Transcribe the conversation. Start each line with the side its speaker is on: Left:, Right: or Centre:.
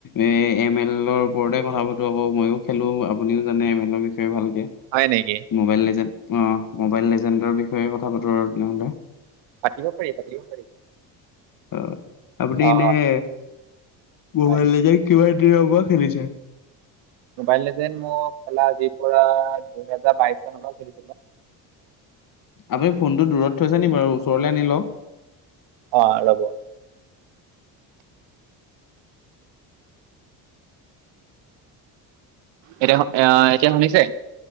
Left: এ এম এলৰ ওপৰতে কথা পাতো আক মইও খেলো আপুনিও জানে এম এলৰ বি ষয়ে ভালকে।
Right: হয় নেকি।
Left: মোবাইল লিজেণ্ড অঁ মোবাইল লেজেণ্ডৰ বিষয়ে কথা পাতো আৰু তেনেহ'লে।
Right: পাতিব পাৰি পাতিব পাৰি।
Left: অঁ আপুনি
Right: অ
Left: এনেই মোবাইল
Right: হয়
Left: লিজেণ্ড কিমান দিনৰ পৰা খেলিছে?
Right: মোবাইল লিজেণ্ড মই খেলা আজিৰ পৰা দুহেজাৰ বাইশ চনৰ পৰা খেলিছিলো।
Left: আপুনি ফোনটো দূৰত থৈছে নি বাৰু ওচৰলে আনি লওক।
Right: অঁ ৰব। এতিয়া অঁ অঃ এতিয়া শুনিছে?